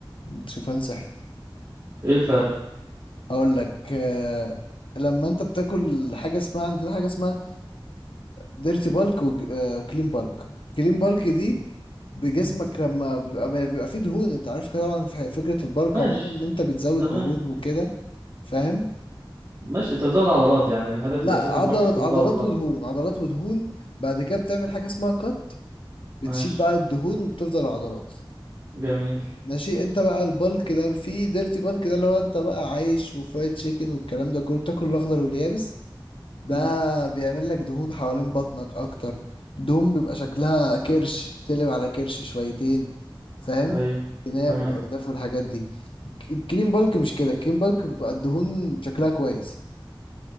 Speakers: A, on the left (about 80°); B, on the right (about 40°).
A: الشوفان صحي
B: ايه الفرق
A: هقول لك آه لما انت بتاكل حاجه اسمها عندنا حاجه اسمها ديرتي بالك وكلين بالك كلين بالك دي بجسمك
B: مم.
A: لما بيبقى بيبقى فيه دهون انت عارف كده طبعا في فكره البالك
B: ماشي
A: عموما ان انت بتزود
B: تمام
A: دهون وكده فاهم
B: ماشي انت بتزود عضلات يعني الهدف
A: لا
B: الاساسي في
A: عضلات
B: الباكت بتزود
A: عضلات
B: عضلات
A: ودهون عضلات ودهون بعد كده بتعمل حاجه اسمها كات بتشيل
B: ماشي
A: بقى الدهون وبتفضل العضلات
B: جميل
A: ماشي انت بقى البالك ده فيه ديرتي بالك ده اللي هو انت بقى عايش وفرايد تشيكن والكلام ده كله بتاكل الاخضر واليابس ده
B: مم.
A: بيعمل لك دهون حوالين بطنك اكتر دهون بيبقى شكلها كرش بتقلب على كرش شويتين فاهم
B: ايوه
A: الجناب
B: تمام
A: والارداف والحاجات دي الك- الكريم بالك مش كده الكريم بالك بيبقى الدهون شكلها كويس